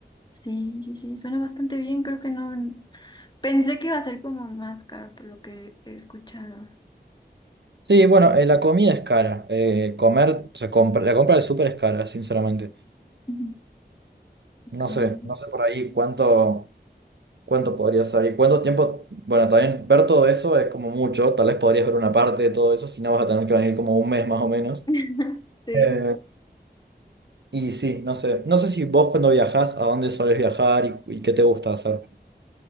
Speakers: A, on the left; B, on the right.
A: sí, sí, sí, suena bastante bien, creo que no, pensé que iba a ser como más caro por lo que he escuchado.
B: Sí, bueno, eh, la comida es cara. eh, comer, o sea, compra- la compra del súper es cara, sinceramente.
A: Ujú. Ok.
B: No sé, no sé por ahí cuánto, cuánto podría salir, cuánto tiempo. Bueno, también ver todo eso es como mucho. Tal vez podrías ver una parte de todo eso, si no vas a tener que venir como un mes más o menos.
A: <laughs> Sí.
B: Eh, y sí, no sé. No sé si vos cuando viajás, a dónde solés viajar y, y qué te gusta hacer.